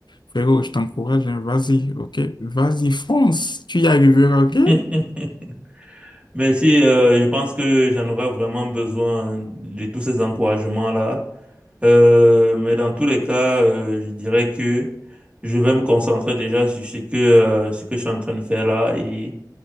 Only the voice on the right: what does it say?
<laughs> Mais si, euh, je pense que j'en aurais vraiment besoin de tous ces encouragements-là. Euh, mais dans tous les cas, euh, je dirais que je vais me concentrer déjà sur ce que, euh, ce que je suis en train de faire là. Et